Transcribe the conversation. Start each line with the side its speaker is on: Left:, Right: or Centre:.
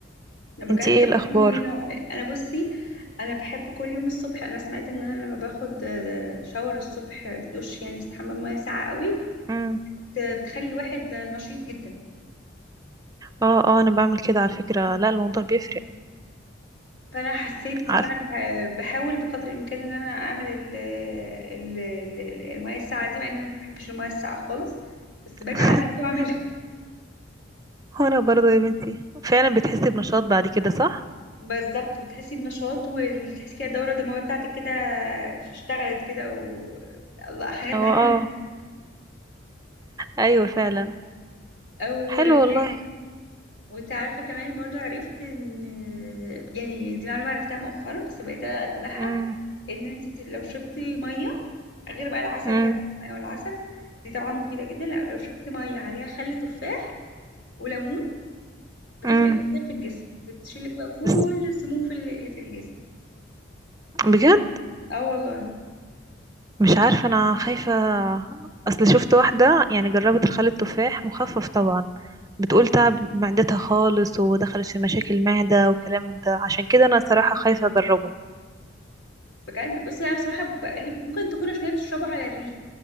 Left: انا
Right: انت
Left: بجد
Right: ايه
Left: طب
Right: الاخبار
Left: قولي لي انه انا بصي انا بحب كل يوم الصبح انا سمعت ان انا لما باخد آه، شاور الصبح دش يعني استحمى بميه ساقعه قوي
Right: امم
Left: بت- بتخلي الواحد آه، نشيط جدا
Right: اه اه انا بعمل كده على فكرة لا الموضوع بيفرق
Left: فانا حسيت
Right: عارفة
Left: فانا بح- بحاول بقدر الامكان ان انا اعمل ال ال ال- الميه الساقعه دي مع ان انا ما بحبش الميه الساقعه خالص بس باجي
Right: <laughs>
Left: على نفسي واعملها <laughs>
Right: وانا برضه يا بنتي فعلا بتحسي بنشاط بعد كده صح
Left: بالظبط بتحسي بنشاط وتحسي كده الدوره الدمويه بتاعتك كده اشتغلت كده و الله هنبدأ
Right: اه
Left: نعمل
Right: اه ايوه فعلا
Left: او
Right: حلو والله
Left: ده وانت عارفه كمان برضو عرفت ان يعني دي معلومه عرفتها مؤخرا بس بقيت اتبعها
Right: امم
Left: ان انت لو شربتي ميه غير بقى العسل
Right: امم
Left: كمان او العسل دي طبعا مفيده جدا لا لو شربتي ميه عليها خل تفاح وليمون بتفرق
Right: امم
Left: جدا في الجسم بتشيلك بقى كل
Right: بس
Left: السموم في ال- اللي في الجسم
Right: بجد
Left: اه والله
Right: مش عارفة أنا خايفة أصل شفت واحدة يعني جربت الخل التفاح مخفف طبعا بتقول تعب معدتها خالص ودخلت في مشاكل معدة وكلام من ده عشان كده أنا صراحة خايفة أجربه
Left: بجد بس انا بصراحه بقلي- ممكن تكون عشان هي بتشربه على الريق